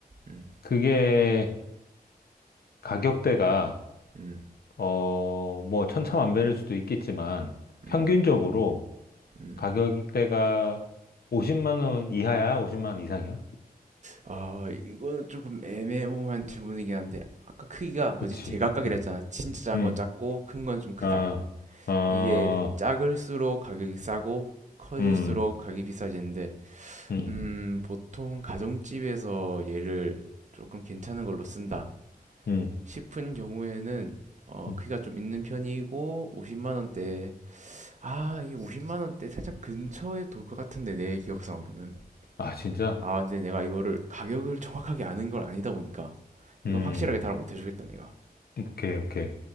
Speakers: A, on the right; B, on the left.
A: 음,
B: 그게 가격대가,
A: 음,
B: 어, 뭐 천차만별일 수도 있겠지만,
A: 음,
B: 평균적으로
A: 음.
B: 가격대가 50만 원 이하야? 50만 원 이상이야?
A: 아, 이거는 조금 애매모호한 질문이긴 한데, 아까 크기가
B: 그치.
A: 뭐지? 제각각이라
B: 음,
A: 했잖아. 진짜 작은
B: 음,
A: 건 작고, 큰 건 좀 크다.
B: 아, 아,
A: 이게 작을수록 가격이 싸고, 커질수록
B: 음,
A: 가격이 비싸지는데,
B: 음,
A: 음, 보통 가정집에서 얘를 조금 괜찮은 걸로 쓴다
B: 음,
A: 싶은 경우에는, 어,
B: 음.
A: 크기가 좀 있는 편이고, 50만 원대, 아, 이 50만 원대 살짝 근처에 돌 것 같은데, 내 기억상으로는.
B: 아, 진짜?
A: 아, 근데 내가 이거를 가격을 정확하게 아는 걸 아니다 보니까
B: 음,
A: 이건 확실하게 답을 못 해주겠다, 내가.
B: 오케이, 오케이.